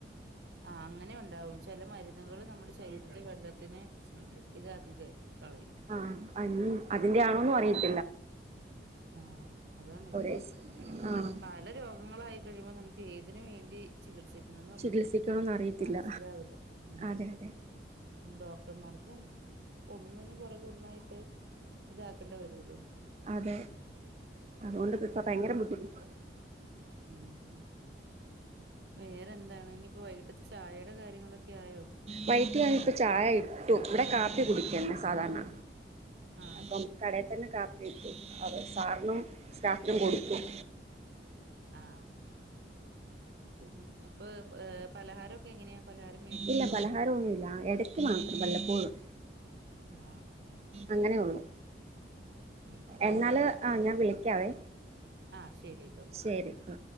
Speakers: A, on the right (about 70°); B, on the right (about 35°).
A: ആ അങ്ങനെ ഉണ്ട് ഉണ്ടാവും ചില മരുന്നുകൾ നമ്മുടെ ശരീരത്തെ വെള്ളത്തിന് ഇതാക്കി കളയും
B: ആഹ് അതിന്റെ ആണോന്നും അറയില്ല
A: ആ അതാണ് ഒരു
B: ഒരേ
A: കുഴപ്പം
B: ആഹ്
A: പല രോഗങ്ങളായി കഴിയുമോ നമുക്ക് ഏതിന് വേണ്ടി ചികിത്സ ന്നുള്ളത്
B: ചികിത്സിക്കണോന്ന് അറിയത്തില്ല
A: മനസ്സിലാവില്ല ഉം
B: അതെ അതെ
A: ഡോക്ടർമാർക്കും ഒന്നിന് പുറകെ ഒന്നായിട്ട് ഇതാക്കേണ്ടി വരുലോ
B: അതെ അതുകൊണ്ട്
A: അതൊക്കെയാണ്
B: ഇപ്പ
A: ഒരു
B: ഭയങ്കര
A: കുഴപ്പം
B: ബുദ്ധിമുട്ട്
A: ഉം വേറെന്താണ് ഇനിയിപ്പോ വൈകീട്ടത്തെ ചായടെ കാര്യങ്ങളൊക്കെ ആയോ
B: വൈകീട്ട് ഞാനിപ്പ ചായ ഇട്ടു ഇവിടെ കാപ്പി കുടിക്കുന്നെ സധാരണ
A: ആ
B: അപ്പം കടേ തന്നെ കാപ്പിയിട്ടു അപ്പൊ സാറിനും സ്റ്റാഫിനും കൊടുക്കും
A: ആ അപ്പൊ ഇനി അപ്പൊ ഈ പലഹാരൊക്കെ എങ്ങനെയാ പലഹാരം മേടിക്കുവോ
B: ഇല്ല പലഹാര ഒന്നുല്ല എടക്ക് മാത്രം വല്ലപ്പോഴും
A: ആ
B: അങ്ങനെ ഒള്ളു
A: ഉം
B: എന്നാല് ആ ഞാൻ വിളിക്കാവേ
A: ആ ശരിട്ടോ ഓകെ
B: ശരി ഉം